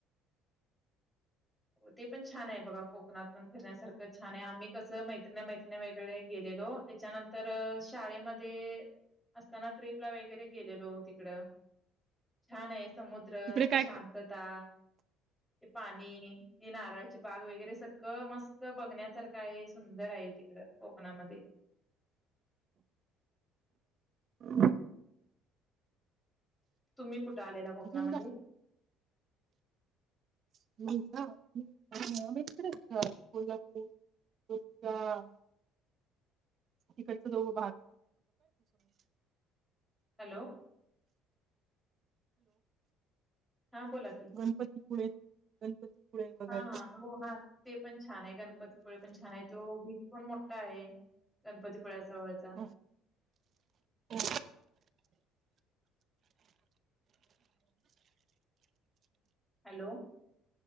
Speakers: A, in the centre; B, on the right.
A: हो ते पण छान आहे बघा कोकणात पण फिरण्यासारखं छान आहे आम्ही कसं मैत्रिण्या मैत्रिण्या वगेरे गेलेलो. त्याच्यानंतर शाळेमध्ये असताना ट्रिपला वगैरे गेलेलो तिकड छान आहे समुद्र मुद्र
B: तिकडे
A: ती
B: काय
A: शांतता ते पाणी ती नारळाची बाग वगैरे सगळं मस्त बघण्यासारखं आहे सुंदर आहे तिकड कोकणामध्ये
B: <inaudible>
A: तुम्ही कुठं आलेला कोकणामध्ये?
B: अजून काय <inaudible> <inaudible> हॅलो,
A: हॅलो हा बोला की
B: गणपती पुळेे गणपती पुळे बघायला
A: हा हा हो हा ते पण छान आहे गणपतीपुळे पण छान आहे तो बीज पण मोठा आहे‌. गणपतीपुळ्या जवळचा
B: हं, हं.
A: हॅलो.